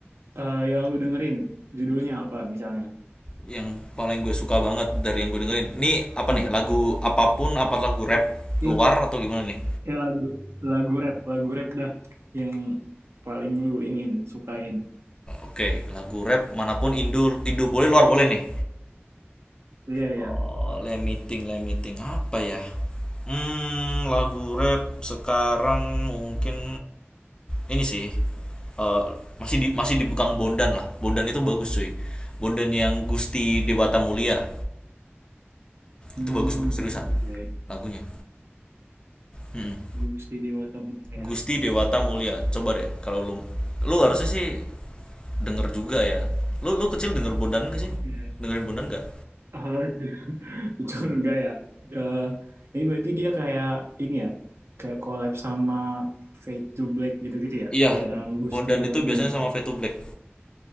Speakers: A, on the right (about 75°); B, on the left (about 20°).
A: eh, yang lu dengerin judulnya apa misalnya?
B: yang paling gue suka banget dari yang gue dengerin nih apa
A: Iya,
B: nih lagu apapun apa lagu rap
A: ya,
B: luar atau gimana nih
A: ya lagu lagu rap, lagu rap dah yang paling lu iniin, sukain.
B: oke lagu rap manapun Indo Indo boleh luar boleh nih
A: Iya, ya.
B: Oh, limiting, limiting apa ya? Hmm, lagu rap sekarang mungkin ini sih eh, masih di masih di Bukang Bondan lah. Bondan itu bagus cuy. Bondan yang Gusti Dewata Mulia
A: Hmm,
B: itu bagus bro seriusan
A: oke oke.
B: lagunya. Mm-mm.
A: Gusti Dewa Tamungnya ya.
B: Gusti Dewata Mulia coba deh kalau lu lu harusnya sih denger juga ya. Lu lu kecil denger Bondan gak
A: Oke.
B: sih? Dengerin Bondan gak?
A: Eh, <laughs> Bocor enggak ya. Eh, ini berarti dia kayak ini ya, kayak collab sama Fade to Black gitu-gitu ya,
B: Iya,
A: yang Gusti
B: Bondan
A: Dewa
B: itu
A: Tamungnya.
B: biasanya sama Fade to Black.